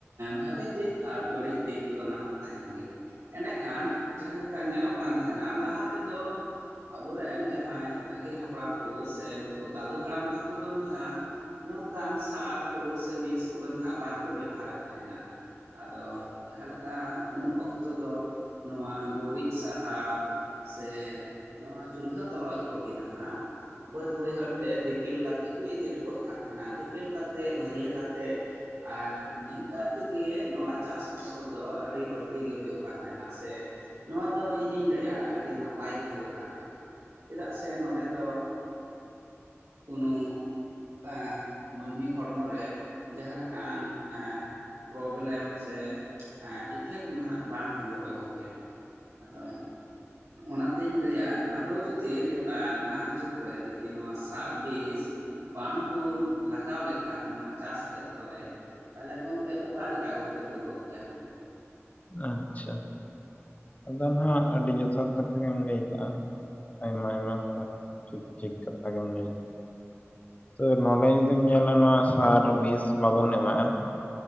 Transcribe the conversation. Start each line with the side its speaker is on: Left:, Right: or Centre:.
Right: ᱵᱷᱟᱜᱤ ᱫᱤᱠ ᱟᱨ ᱵᱟᱹᱲᱤᱡ ᱫᱤᱠ ᱫᱚ ᱱᱟᱦᱟᱜ ᱛᱟᱦᱮᱱ ᱜᱮᱭᱟ ᱮᱸᱰᱮᱠᱷᱟᱱ ᱡᱟᱦᱟᱸ ᱞᱮᱠᱟ ᱧᱮᱞᱚᱜ ᱠᱟᱱ ᱛᱟᱦᱮᱱᱟ ᱞᱟᱦᱟ ᱛᱮᱫᱚ ᱟᱵᱚᱨᱮᱱ ᱡᱟᱦᱟᱸᱭ ᱟᱹᱜᱤᱞ ᱦᱟᱯᱲᱟᱢ ᱠᱚ ᱥᱮ ᱱᱩᱠᱩ ᱫᱟᱹᱫᱩ ᱦᱟᱲᱟᱢ ᱛᱟᱠᱚ ᱫᱚ ᱱᱟᱦᱟᱜ ᱱᱚᱝᱠᱟᱱ ᱥᱟᱨ ᱠᱚ ᱥᱮ ᱵᱤᱥ ᱠᱚᱫᱚ ᱱᱟᱦᱟᱜ ᱵᱟᱝᱠᱚ ᱵᱮᱵᱷᱟᱨᱮᱫ ᱛᱟᱦᱮᱱᱟ ᱟᱫᱚ ᱡᱟᱦᱟᱸ ᱞᱮᱠᱟ ᱩᱱ ᱚᱠᱛᱚ ᱫᱚ ᱱᱚᱣᱟ ᱜᱩᱨᱤᱡ ᱥᱟᱦᱟᱨ ᱥᱮ ᱱᱚᱣᱟ ᱪᱩᱞᱦᱟᱹ ᱛᱚᱨᱚᱡ ᱠᱚᱜᱮ ᱱᱟᱦᱟᱜ ᱵᱟᱹᱫ ᱵᱟᱹᱭᱦᱟᱹᱲ ᱛᱮ ᱫᱤᱯᱤᱞ ᱠᱟᱛᱮᱫ ᱠᱚ ᱤᱫᱤ ᱦᱚᱴᱚ ᱠᱟᱜ ᱠᱟᱱ ᱛᱟᱦᱮᱱᱟ ᱫᱤᱯᱤᱞ ᱠᱟᱛᱮᱫ ᱵᱷᱟᱹᱨᱤᱭᱟᱹ ᱠᱟᱛᱮᱫ ᱟᱨ ᱱᱤᱝᱠᱟ ᱛᱮᱜᱮ ᱱᱚᱣᱟ ᱪᱟᱥ ᱯᱷᱚᱥᱚᱞ ᱫᱚ ᱟᱹᱰᱤ ᱵᱟᱹᱲᱛᱤ ᱜᱮ ᱦᱩᱭᱩᱜ ᱠᱟᱱ ᱛᱟᱦᱮᱱᱟ ᱥᱮ ᱱᱚᱣᱟ ᱫᱚ ᱤᱧᱤᱧ ᱞᱟᱹᱭᱟ ᱟᱹᱰᱤ ᱱᱟᱯᱟᱭ ᱜᱮ ᱦᱩᱭᱩᱜ ᱠᱟᱱ ᱛᱟᱦᱮᱱᱟ ᱪᱮᱫᱟᱜ ᱥᱮ ᱱᱚᱸᱰᱮ ᱫᱚ ᱠᱳᱱᱳ ᱮᱸ ᱢᱟᱹᱱᱢᱤ ᱦᱚᱲᱢᱚ ᱨᱮ ᱡᱟᱦᱟᱸ ᱞᱮᱠᱟᱱ ᱮᱸ ᱯᱨᱚᱵᱞᱮᱢ ᱥᱮ ᱮᱸ ᱤᱯᱷᱮᱠᱴ ᱱᱟᱦᱟᱜ ᱵᱟᱝ ᱦᱩᱭᱩᱜᱼᱟ ᱜᱚᱢᱠᱮ ᱟᱫᱚ ᱚᱱᱟᱛᱤᱧ ᱞᱟᱹᱭᱟ ᱟᱵᱚ ᱡᱩᱫᱤ ᱡᱫᱤ ᱱᱮᱛᱟᱨ ᱱᱟᱦᱟᱜ ᱡᱩᱜᱽ ᱨᱮ ᱡᱩᱫᱤ ᱱᱚᱣᱟ ᱥᱟᱨ ᱵᱤᱥ ᱵᱟᱝᱵᱚᱱ ᱞᱟᱜᱟᱣ ᱞᱮᱠᱷᱟᱱ ᱱᱚᱣᱟ ᱪᱟᱥ ᱠᱷᱮᱛ ᱠᱚᱨᱮ ᱛᱟᱦᱚᱞᱮ ᱜᱚᱢᱠᱮ ᱚᱠᱟ ᱞᱮᱠᱟ ᱜᱚᱢᱠᱮ ᱦᱩᱭ ᱠᱚᱜ ᱠᱮᱭᱟ
Left: ᱟᱪᱪᱷᱟ ᱟᱫᱚ ᱦᱟᱜ ᱟᱹᱰᱤ ᱡᱚᱛᱷᱟᱛ ᱠᱟᱛᱷᱟ ᱜᱮᱢ ᱞᱟᱹᱭ ᱠᱟᱜᱼᱟ ᱟᱭᱢᱟ ᱟᱭᱢᱟ ᱴᱷᱤᱠ ᱴᱷᱤᱠ ᱠᱟᱛᱷᱟ ᱜᱮᱢ ᱞᱟᱹᱭ ᱠᱟᱜᱟ ᱛᱚ ᱱᱚᱰᱮ ᱡᱩᱫᱤᱢ ᱧᱮᱞᱟ ᱱᱚᱣᱟ ᱥᱟᱨ ᱵᱤᱥ ᱵᱟᱵᱚᱱ ᱮᱢᱟᱜᱼᱟ